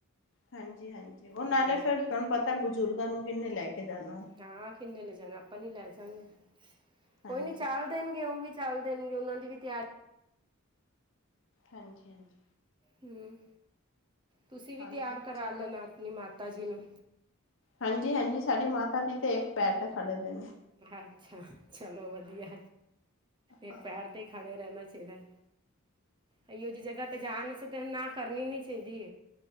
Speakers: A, on the left (about 65°); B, on the right (about 25°).
A: ਹਾਂਜੀ- ਹਾਂਜੀ, ਉਹ ਨਾਲੇ
B: ਹਾਂ
A: ਫੇਰ ਤੁਆਨੂੰ ਪਤਾ ਬੁਜ਼ੁਰਗਾਂ ਨੂੰ ਕਿੰਨੇ ਲੈ ਕੇ ਜਾਨਾ?
B: ਹਾਂ ਕਿੰਨੇ ਲੈ ਜਾਣਾ ਆਪਨ ਹੀ ਲੈ ਜਾਂਗੇ। ਕੋਈ
A: ਹਾਂਜੀ।
B: ਨੀ ਚੱਲ ਦੇਨਗੇ ਉ ਵੀ ਚੱਲ ਦੇਨਗੇ ਉਨਾਂ ਦੀ ਵੀ ਤਿਆਰੀ
A: ਹਾਂਜੀ-ਹਾਂਜੀ
B: ਹੁੰ ਤੁਸੀਂ ਵੀ
A: ਹਾਂਜੀ
B: ਤਿਆਰ ਕਰਾ
A: ਠੀਕ
B: ਲੈਨਾ
A: ਆ
B: ਆਪਨੀ ਮਾਤਾ ਜੀ ਨੂੰ।
A: ਹਾਂਜੀ ਹਾਂਜੀ ਸਾਡੀ ਮਾਤਾ ਜੀ ਤੇ ਇੱਕ ਪੈਰ ਤੇ ਖੜੇ ਦੇ ਨੇ।
B: ਅੱਛਾ, ਚਲੋ ਵਦੀਆ ਇੱਕ
A: ਹਾਂ।
B: ਪੈਰ ਤੇ ਈ ਖੜੇ ਰੈਨਾ ਚੀਦਾ ਏ। ਅਇਓ ਜੀ ਜਗਾ ਤੇ ਜਾਣ ਆਸੇ ਤੇ ਨਾ ਕਰਨੀ ਨੀ ਚਾਈਦੀ।